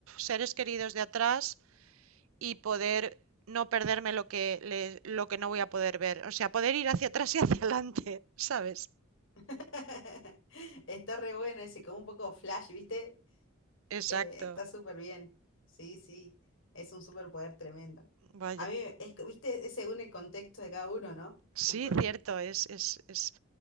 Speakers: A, on the right; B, on the left.
A: seres queridos de atrás y poder no perderme lo que, le- lo que no voy a poder ver. O sea, poder ir hacia atrás y hacia adelante, <laughs> ¿sabes?
B: <laughs> Está re bueno ese, como un poco flash, ¿viste?
A: Exacto.
B: Eh, está súper bien. Sí, sí, es un superpoder tremendo.
A: Vaya.
B: A mí, es, que, ¿viste? Es según el contexto de cada uno, ¿no?
A: Sí,
B: Súper bien.
A: cierto, es, es, es